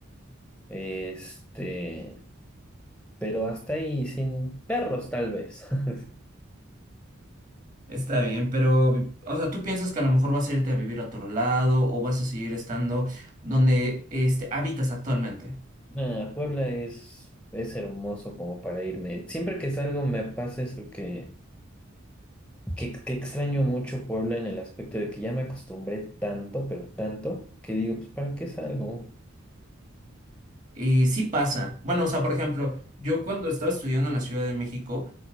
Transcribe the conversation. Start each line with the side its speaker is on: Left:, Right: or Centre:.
Centre: Este, pero hasta ahí, sin perros tal vez. <laughs>
Right: Está bien, pero, o sea, ¿tú piensas que a lo mejor vas a irte a vivir a otro lado o vas a seguir estando donde este, habitas actualmente?
Centre: Nah, Puebla es, es hermoso como para irme. Siempre que salgo me pasa eso que, que, que extraño mucho Puebla en el aspecto de que ya me acostumbré tanto, pero tanto, que digo, pues ¿para qué salgo?
Right: Y sí pasa. Bueno, o sea, por ejemplo, yo cuando estaba estudiando en la Ciudad de México,